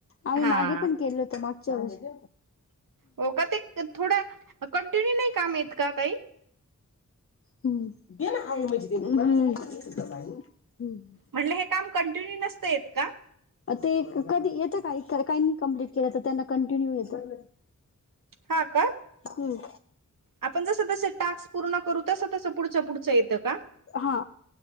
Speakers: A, on the left; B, on the right.
A: आम्ही
B: हा
A: मागे पण केलं होतं मागच्या वषी
B: हो का ते, थोडा कंटिन्यू नाही काम येत का काय?
A: हम्म, घे ना हाय म्हणजे ते <unintelligible>
B: म्हटलं हे काम कंटिन्यू नसतं येत का?
A: ते कधी येतं काय काहींनी कम्प्लीट केलं, तर त्यांना कंटिन्यू येतं.
B: हा का?
A: हम्म
B: आपण जसं जसं टाक्स पूर्ण करू, तसं तसं पुढच्या पुढचं येतं का?
A: हा